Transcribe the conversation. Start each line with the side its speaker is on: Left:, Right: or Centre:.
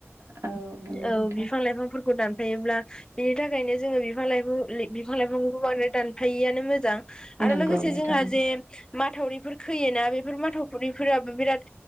Right: औ नंगौ
Left: औ
Right: नोंथां
Left: बिफां लाइफांफोरखौ दान फायोब्ला बिनि थाखायनो जोङो बिफां लाइ बिफां लाइफांखौबो बांद्राय दानफायैआानो मोजां आरो
Right: नंगौ
Left: लोगोसे
Right: नोंथां
Left: जोंहा जे माथावरिफोर खोयोना बेफोर माथावफुरिफोराबो बिराद